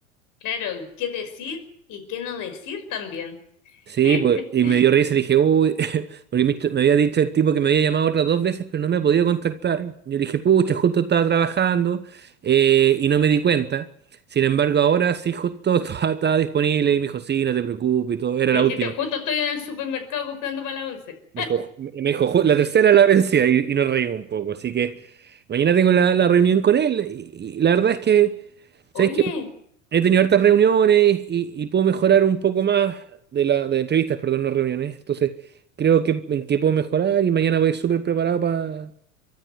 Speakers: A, on the left; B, on the right.
A: Claro, qué decir y qué no decir también.
B: Sí,
A: <laughs>
B: pues, y me dio risa y dije, uy, <laughs> porque me, me había dicho el tipo que me había llamado otras dos veces, pero no me ha podido contactar. Yo le dije, pucha, justo estaba trabajando eh, y no me di cuenta. Sin embargo, ahora sí, justo <laughs> estaba, estaba disponible y me dijo, sí, no te preocupes y todo, era
A: Me
B: la
A: dijiste,
B: última.
A: justo estoy en el supermercado comprando para la once.
B: Me dijo, me dijo, "Ju- la tercera la vencida y, y nos reímos un poco. Así que mañana tengo la, la reunión con él y, y la verdad es que,
A: Oye,
B: ¿sabes qué? He tenido hartas reuniones y, y puedo mejorar un poco más de la, de entrevistas, perdón, no reuniones. Entonces, creo que en qué puedo mejorar y mañana voy a ir súper preparado para